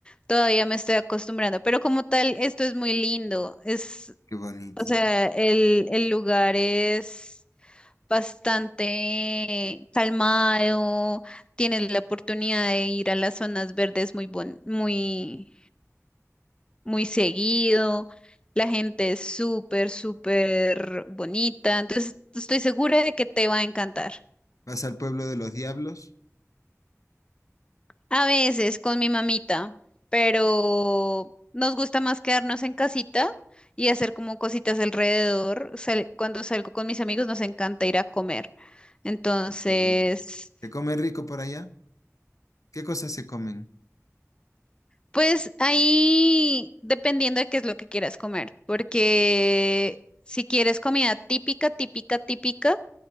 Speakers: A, on the left (about 20°); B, on the left (about 80°).
A: todavía me estoy acostumbrando. Pero como tal, esto es muy lindo. Es,
B: qué bonito.
A: o sea, el, el lugar es bastante calmado, tienes la oportunidad de ir a las zonas verdes muy buen- muy muy seguido, la gente es súper, súper bonita, entonces estoy segura de que te va a encantar.
B: ¿Vas al pueblo de los diablos?
A: A veces con mi mamita, pero nos gusta más quedarnos en casita y hacer como cositas alrededor. Sal- cuando salgo con mis amigos nos encanta ir a comer. Entonces,
B: Ah, qué rico. ¿Se come rico por allá? ¿Qué cosas se comen?
A: Pues ahí dependiendo de qué es lo que quieras comer, porque si quieres comida típica, típica, típica,